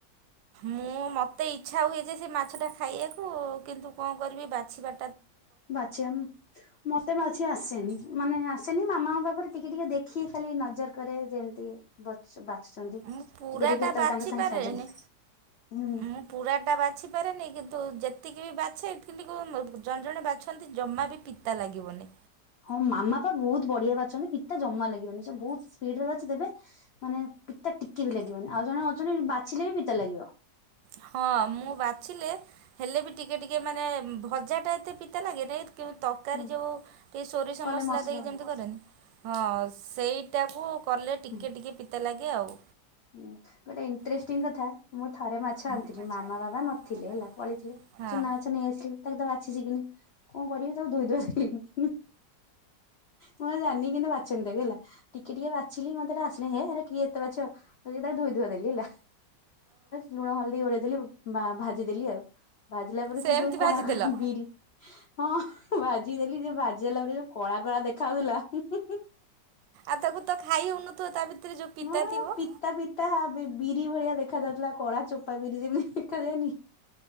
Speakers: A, on the right; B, on the left.
A: ମୁଁ ମତେ ଇଚ୍ଛା ହୁଏ ଯେ ସେ ମାଛ ଟା ଖାଇବାକୁ କିନ୍ତୁ କଣ କରିବି ବାଛିବା
B: ବାଛିବା ମତେ ବାଛି ଆସେନି ମାନେ ଆସେନି ମାମାଙ୍କ ପାଖରେ ଟିକେ ଟିକେ ଦେଖି ଖାଲି ନଜର କରେ ଯେମିତି ବଛ ବାଛୁଛନ୍ତି
A: ମୁଁ
B: ଟିକେ
A: ପୁରାଟା
B: ଟିକେ କେତେବେଳେ
A: ବାଛି
B: ତାଙ୍କ ସାଙ୍ଗେ
A: ପାରେନି
B: ସାହାଯ୍ୟ ହୁଁ
A: ମୁଁ ପୁରାଟା ବା ବାଛିପାରେନି କିନ୍ତୁ ଯେତିକି ବି ବାଛେ କିନ୍ତୁ ଜଣେ ଜଣେ ବାଛଛନ୍ତି ଜମା ବି ପିତା ଲାଗିବନି।
B: ହଁ ମାମା ତ ବହୁତ ବଢ଼ିଆ ବାଛନ୍ତି ପିତା ଜମା ଲାଗିବନି ସ ବହୁତ ସ୍ପିଡ ରେ ବାଛି ଦେବେ। ମାନେ ପିତା ଟିକେ ବି ଲାଗିବନି ଆଉ ଜଣେ ଅଛନ୍ତି ବାଛିଲେ ବି ପିତା ଲାଗିବ।
A: ହଁ ମୁଁ ବାଛିଲେ ହେଲେ ବି ଟିକେ ଟିକେ ମାନେ ଭଜା ଟା ଏତେ ପିତା ଲାଗେନାହିଁ କିନ୍ତୁ ତରକାରୀ
B: ହୁଁ
A: ଯେଉଁ ଟିକେ ସୋରିଷ
B: କଲେ
A: ମସଲା
B: ମସଲାରେ
A: ଦେଇକି ଯେମିତି କରେନି ହଁ ସେଇଟାକୁ କଲେ ଟିକିଏ
B: ହୁଁ
A: ଟିକିଏ ପିତା ଲାଗେ ଆଉ।
B: ହୁଁ ଗୋଟେ ଇଣ୍ଟରେଷ୍ଟିଂ
A: ହଁ
B: କଥା। ମୁଁ ଥରେ ମାଛ
A: ହଁ।
B: ଆଣିଥିଲି ମାମା ବାବା
A: ହଉ
B: ନଥିଲେ ହେଲା ପଲେଇଥିଲେ
A: ହଉ।
B: ଚୁନା ମାଛ ନେଇ ଆସିଲି। ତାକୁ ତା ବାଛିଛି କିିନି କଣ କରିବି ତାକୁ ଧୋଇ ଧୋଇ <unintelligible> ମୁଁ ଆଉ ଜାନିନି କିନ୍ତି ବାଛନ୍ତି ତାକୁ ହେଲା ଟିକେ ଟିକେ ବାଛି ମତେ ଏଇଟା ଆସେନି ହେଁ ହେରେ କିଏ ଏତେ ବାଛିବ କାହିକି ତାକୁ ଧୋଇ ଧୁଆ ଦେଲି ହେଲା। ଲୁଣ, ହଳଦୀ ଗୋଳେଇଦେଲି ବା ଭା ଭାଜିଦେଲି ଆଉ ଭାଜିଲା ପରେ
A: ସେମିତି
B: ସେ ଯୋଉ କଳା
A: ଭାଜିଦେଲ
B: କଳା ବିରି ହଁ ଭାଜି ଦେଲି ଯେ ଭାଜି ଦେଲା ପରେ ଯୋଉ କଳା କଳା ଦେଖ ଯାଉଥିଲା।
A: ଆଉ ତାକୁ ତ ଖାଇ ହଉନଥିବ ତା ଭିତରେ ଯୋଉ ପିତା
B: ମ
A: ଥିବ।
B: ପିତା ପିତା ବିରି ଭଳିଆ ଦେଖା ଯାଉଥିଲା କଳା ଚୋପା ବିରି ଯେମିତି ଦେଖାଯାଏନି।